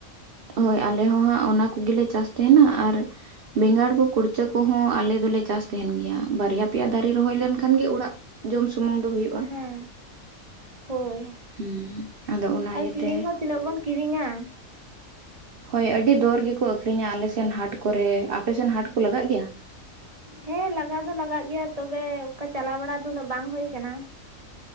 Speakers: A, on the right (about 45°); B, on the right (about 25°).
A: ᱦᱳᱭ ᱟᱞᱮ ᱦᱚᱸ ᱦᱟᱸᱜ ᱚᱱᱟ ᱠᱚᱜᱮᱞᱮ ᱪᱟᱥ ᱛᱟᱦᱮᱱᱟ, ᱟᱨᱼᱼ ᱵᱮᱸᱜᱟᱲ ᱠᱚ ᱠᱩᱲᱪᱟᱹ ᱠᱚᱦᱚᱸ ᱟᱞᱮ ᱫᱚᱞᱮ ᱪᱟᱥ ᱛᱟᱦᱮᱱ ᱜᱮᱭᱟ ᱵᱟᱨᱭᱟ ᱯᱮᱭᱟ ᱫᱟᱨᱮ ᱨᱚᱦᱚᱭ ᱞᱮᱱᱠᱷᱟᱱ ᱜᱮ ᱚᱲᱟᱜᱼᱼ ᱡᱚᱢ ᱥᱩᱢᱩᱝ ᱫᱚ ᱦᱩᱭᱩᱜ᱾
B: ᱦᱮᱸ ᱦᱳᱭ
A: ᱦᱩᱸ ᱟᱫᱚ ᱚᱱᱟ
B: ᱟᱨ
A: ᱤᱭᱟᱹᱛᱮ
B: ᱠᱤᱨᱤᱧ ᱦᱚᱸ ᱛᱤᱱᱟᱹᱜ ᱵᱚᱱᱼᱼ ᱠᱤᱨᱤᱧᱟ᱾
A: ᱦᱚᱭ, ᱟᱹᱰᱤ ᱫᱚᱨ ᱜᱮᱠᱚ ᱟᱠᱠᱷᱨᱤᱧᱟ ᱟᱞᱮᱥᱮᱱ ᱦᱟᱴ ᱠᱚᱨᱮ, ᱟᱯᱮᱥᱮᱱ ᱦᱟᱴ ᱠᱚ ᱞᱟᱜᱟᱜ ᱜᱮᱭᱟ?
B: ᱦᱮᱸ ᱞᱟᱜᱟᱣ ᱫᱚ ᱞᱟᱜᱟᱜ ᱜᱮᱭᱟ ᱛᱚᱵᱮ ᱚᱠᱟ ᱪᱟᱞᱟᱣ ᱵᱟᱲᱟ ᱫᱚ ᱩᱱᱠᱟᱹᱜ ᱵᱟᱝ ᱦᱩᱭ ᱠᱟᱱᱟ᱾